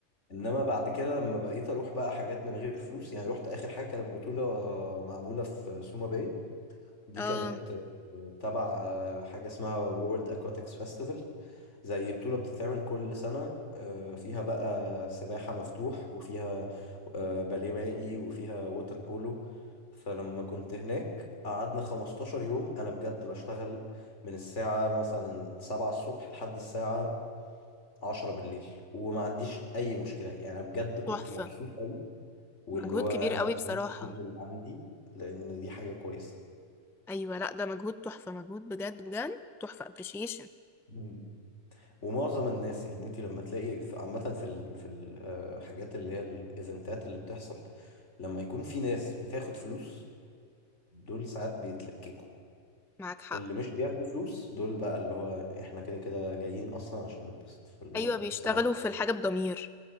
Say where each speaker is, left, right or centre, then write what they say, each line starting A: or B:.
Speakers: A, on the left (about 65°); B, in the centre.
A: انما بعد كده لما بقيت اروح بقى حاجات من غير فلوس يعني رحت اخر حاجة كانت بطولة معمولة في سوما باي دي
B: اه
A: كانت آه، تبع آه، حاجة اسمها وورلد اكواتكس فيستيفال زي بطولة بتتعمل كل سنة آه، فيها بقى سباحة مفتوح وفيها آه، باليه مائي وفيها ووتر بولو فلما كنت هناك قعدنا 15 يوم أنا بجد بشتغل من الساعة مثلا 7 الصبح لحد الساعة 10 بالليل وما عنديش أي مشكلة يعني بجد كنت
B: تحفة
A: مبسوط أوي واللي
B: مجهود
A: هو
B: كبير
A: أنا
B: قوي
A: هديك
B: بصراحة
A: كل اللي عندي لأن دي حاجة كويسة
B: أيوة لأ ده مجهود تحفة مجهود بجد بجد تحفة appreciation
A: مم. ومعظم الناس يعني انت لما تلاقي في- عامة في ال في الحاجات اللي هي الايفنتات اللي بتحصل لما يكون في ناس بتاخد فلوس دول ساعات بيتلككوا
B: معاك حق
A: اللي مش بياخدوا فلوس دول بقى اللي هو احنا كده كده جايين اصلا عشان نتبسط فاللي
B: أيوة
A: هو
B: بيشتغلوا
A: صباح
B: في الحاجة بضمير